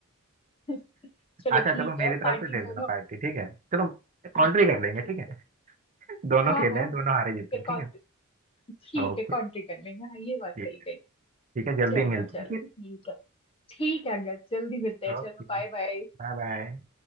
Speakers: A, on the left; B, on the right.
A: <laughs>
B: <laughs>
A: चलो
B: अच्छा
A: ठीक
B: चलो मेरी
A: है
B: तरफ
A: पार्टी
B: से दे
A: दोनों
B: देना पार्टी ठीक है चलो कॉन्ट्री
A: हाँ
B: कर
A: हाँ
B: लेंगे
A: ठीक
B: ठीक है
A: है
B: <laughs> दोनों
A: हाँ
B: खेले
A: हाँ
B: हैं दोनों
A: ठीक
B: हारे जीते
A: है
B: हैं
A: कॉन्ट्री
B: ठीक है
A: ठीक
B: ओके
A: है कॉन्ट्री कर लेंगे हाँ ये बात सही
B: ठीक
A: कही
B: ठीक है जल्दी
A: चलो
B: मिलते
A: चलो
B: हैं फिर
A: ठीक है ठीक है अंगद जल्दी मिलते हैं
B: Okay
A: चलो बाय बाय
B: bye bye